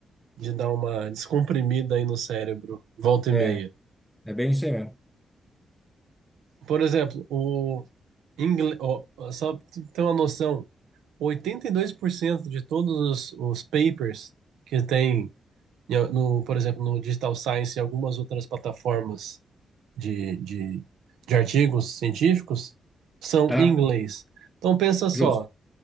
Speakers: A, on the right; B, in the centre.
A: de dar uma descomprimida aí no cérebro, volta e
B: É,
A: meia.
B: é bem isso aí mesmo.
A: Por exemplo, o. Ingl... ó, ó, só pra tu ter uma noção, 82% de todos os, os papers que tem, em a- no, por exemplo, no Digital Science e algumas outras plataformas de, de, de artigos científicos, são
B: Ah,
A: em inglês. Então, pensa só,
B: justo.